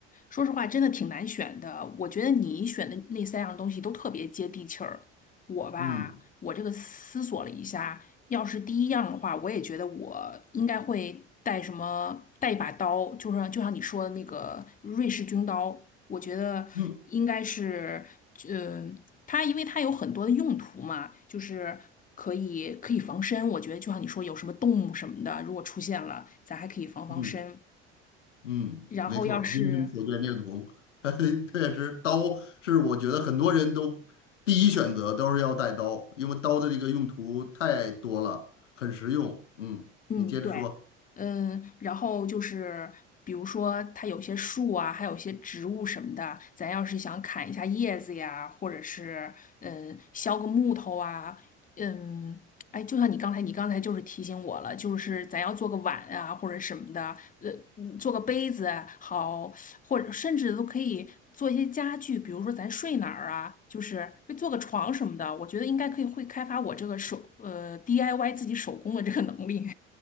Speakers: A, on the left; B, on the left.
A: 说实话，真的挺难选的。我觉得你选的那三样东西都特别接地气儿。我吧，
B: 嗯
A: 我这个思索了一下，要是第一样的话，我也觉得我应该会带什么，带一把刀，就是就像你说的那个瑞士军刀，我觉得应该是，
B: 嗯
A: 嗯、它因为它有很多的用途嘛，就是可以可以防身。我觉得就像你说，有什么动物什么的，如果出现了，咱还可以防防身。
B: 嗯。嗯，
A: 然后要是
B: 没错儿，英雄所见略同。<laughs> 确实，刀是我觉得很多人都第一选择都是要带刀，因为刀的这个用途太多了，很实用。嗯，
A: 嗯，
B: 你接着说，
A: 对，嗯，然后就是比如说它有些树啊，还有些植物什么的，咱要是想砍一下叶子呀，或者是嗯削个木头啊，嗯，哎，就像你刚才，你刚才就是提醒我了，就是咱要做个碗啊或者什么的，呃，嗯做个杯子好，或者甚至都可以做一些家具，比如说咱睡哪儿啊，就是做个床什么的，我觉得应该可以会开发我这个手呃 DIY 自己手工的这个能力。